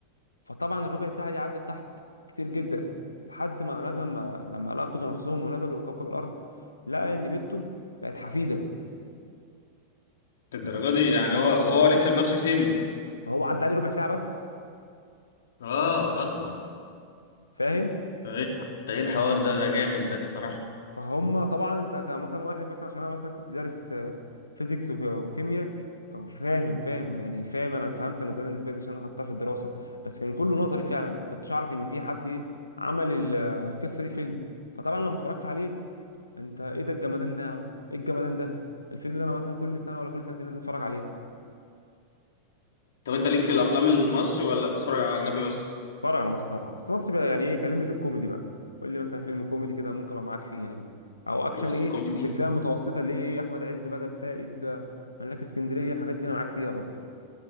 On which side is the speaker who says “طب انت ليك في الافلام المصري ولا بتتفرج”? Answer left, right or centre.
Left